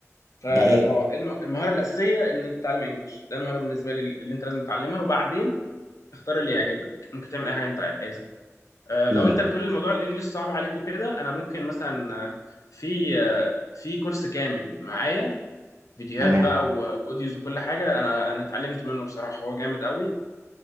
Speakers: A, on the left (about 75°); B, on the right (about 70°).
A: فلو
B: ده ايه
A: الم- المهاره الاساسيه ان انت تتعلم انجلش ده المهاره بالنسبه لي اللي انت لازم تتعلمها وبعدين اختار اللي يعجبك ممكن تعمل اي حاجه انت عايزها آه، لو
B: امم
A: انت بتقول الموضوع الانجليش صعب عليك وكده انا ممكن مثلا آه، في آه، في كورس كامل معايا فيديوهات
B: تمام
A: بقى و- واوديوز وكل حاجه انا انا اتعلمت منه بصراحه هو جامد قوي